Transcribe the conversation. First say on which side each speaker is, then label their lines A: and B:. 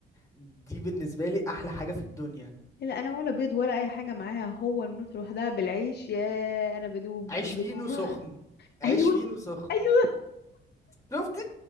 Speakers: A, on the left (about 15°); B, on the left (about 55°).
A: دي بالنسبه لي احلى حاجه في الدنيا
B: لا انا ولا بيض ولا اي حاجة معاها هو المرط لوحدها بالعيش يا انا بدوب
A: عيش
B: بدوب
A: فينو سخن
B: <laughs>
A: عيش
B: ايوه
A: فينو سخن
B: ايوه
A: شفت؟